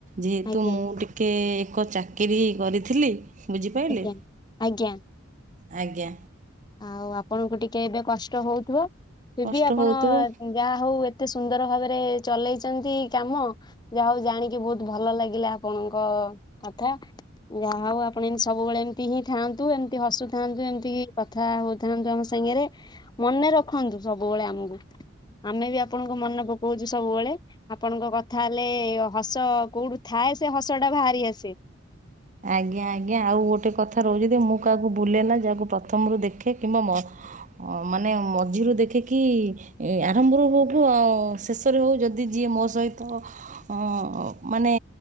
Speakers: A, on the right; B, on the left.
A: ଯେହେତୁ
B: ଆଜ୍ଞା
A: ମୁଁ ଟିକେ କେ ଏକ ଚାକିରୀ କରିଥିଲି ବୁଝିପାରିଲେ।
B: ଆଜ୍ଞା ଆଜ୍ଞା।
A: ଆଜ୍ଞା।
B: ଆଉ ଆପଣଙ୍କୁ ଟିକେ ଏବେ କଷ୍ଟ ହଉଥିବ ସେ
A: କଷ୍ଟ
B: ବି ଆପଣ
A: ହଉଥିବ
B: ଯାହା ହଉ ଏତେ ସୁନ୍ଦର ଭାବରେ ଚଲେଇଛନ୍ତି କାମ ଯାହା ହଉ ଜାଣିକି ବହୁତ ଭଲ ଲାଗିଲା ଆପଣଙ୍କ କଥା। ଯାହା ହଉ ଆପଣ ଏମିତି ସବୁବେଳେ ଏମିତି ହିଁ ଥାନ୍ତୁ ଏମିତି ହସୁଥାନ୍ତୁ ଏମିତି କଥା ହଉଥାନ୍ତୁ ଆମ ସାଙ୍ଗରେ ମନେ ରଖନ୍ତୁ ସବୁବେଳେ ଆମକୁ ଆମେ ବି ଆପଣଙ୍କୁ ମନେ ପକାଉଛୁ ସବୁବେଳେ। ଆପଣଙ୍କ କଥା ହେଲେ ହସ କୋଉଠୁ ଥାଏ ସେ ହସ ଟା ବାହାରି ଆସେ।
A: ଆଜ୍ଞା ଆଜ୍ଞା ଆଉ ଗୋଟେ କଥା ରହୁଛି ମୁଁ କାହାକୁ ଭୁଲେ ନା ଯାହାକୁ ପ୍ରଥମରୁ ଦେଖେ କିମ୍ବା ମାନେ ମଝିରୁ ଦେଖେ କିି ଏ ଆରମ୍ଭରୁ ହଉଠୁ ଆଉ ଶେଷରେ ହଉ ଯଦି ଯିଏ ମୋ ସହିତ ଅ ମାନେ